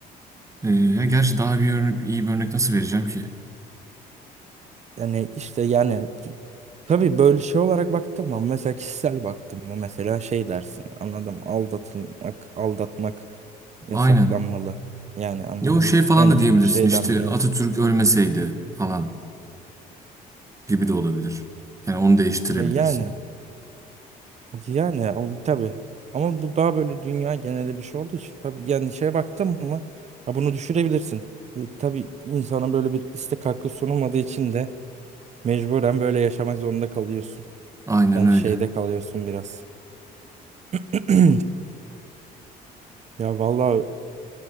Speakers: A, on the right (about 20°); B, on the right (about 40°).
A: e, ya gerçi daha bir ör- iyi bir örnek nasıl vereceğim ki?
B: Yani işte yani tabii böyle şey olarak baktım mı mesela kişisel baktım mı mesela şey dersin anladım aldatılmak aldatmak yasaklanmalı
A: Aynen.
B: yani anladın
A: Ya o şey
B: mı
A: falan
B: en
A: da
B: ufak
A: diyebilirsin
B: şeyden
A: işte
B: bile insan
A: Atatürk ölmeseydi falan gibi de olabilir. Yani onu değiştirebilirsin.
B: ve yani Yani o- tabii. Ama bu daha böyle dünya geneli bir şey olduğu için tabii yani şeye baktın mı ya bunu düşürebilirsin. E, Tabii insana böyle bir istek hakkı sunulmadığı için de mecburen böyle yaşamak zorunda kalıyorsun.
A: Aynen
B: Yani
A: öyle.
B: şeyde kalıyorsun biraz. <clears throat> Ya vallahi